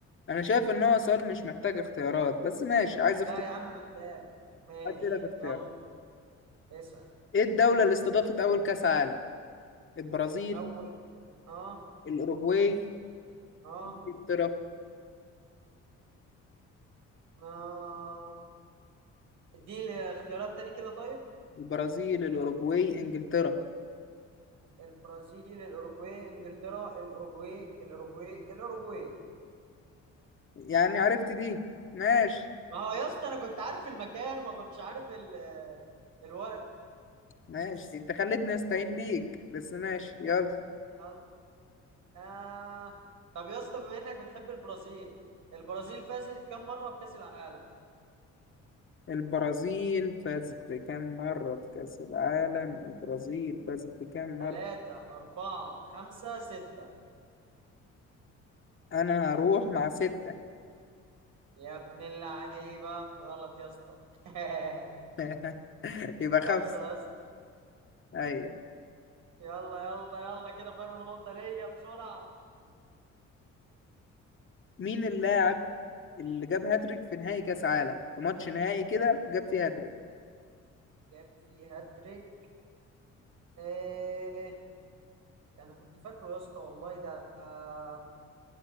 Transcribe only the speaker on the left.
أنا شايف إن هو سؤال مش محتاج اختيارات بس ماشي عايز اختيار
أدي لك اختيارات
إيه الدولة اللي استضافت أول كأس عالم البرازيل
الأوروغواي
إنجلترا
البرازيل الأوروغواي إنجلترا
يعني عرفت دي ماشي
ماشي أنت خليتني أستعين بيك بس ماشي يلا
البرازيل فازت بكام مرة في كأس العالم البرازيل فازت بكام
مرة
أنا هروح مع ستة
<laughs> يبقى
خمسة
أيوة
مين اللاعب اللي جاب هاتريك في نهائي كأس عالم في ماتش نهائي كده جاب فيه هاتريك